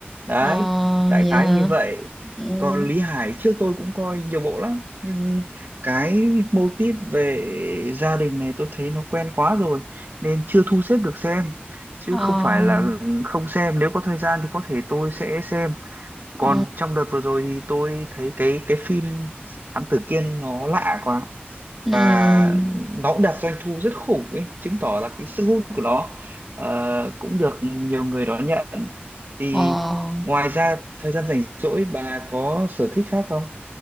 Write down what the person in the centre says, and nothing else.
Ờ
vậy
hả?
Ừm.
Ờ.
Ừm.
Ừm,
Ờ,